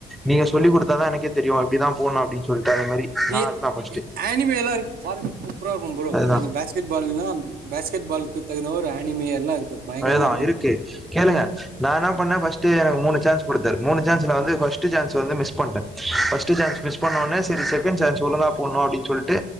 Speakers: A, in the centre; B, on the right (about 60°).
A: நீங்க சொல்லி குடுத்தா தா எனக்கே தெரியு அப்டிதா போட்ணு அப்டின் சொல்ட்டு அது மாரி நா
B: ஏ
A: இருந்தா ஃபர்ஸ்ட்டு
B: எ ஆனிமேல்லா இருக்கு பாருங்க சூப்பரா இருக்கும் ப்ரோ
A: அதுதா
B: நீங்க பேச் கெட் பால்னா பேஸ்கெட் பாலுக்கு தகுந்த ஒரு ஆனிமே எல்லா இருக்கு பயங்கரமா
A: அதேதா
B: இருக்கும்
A: இருக்கு கேளுங்க நா என்னா பண்ணே ஃபஸ்ட்டு எனக்கு மூணு சான்ஸ் குடுத்தாரு மூனு சான்ஸ்ல வந்து ஃபஸ்ட்டு சான்ஸு வந்து மிஸ் பண்டே ஃபஸ்ட்டு சான்ஸ் மிஸ் பண்ணோனே சரி செக்கேண்ட் சான்ஸ் ஒழுங்கா போடணு அப்டின் சொல்ட்டு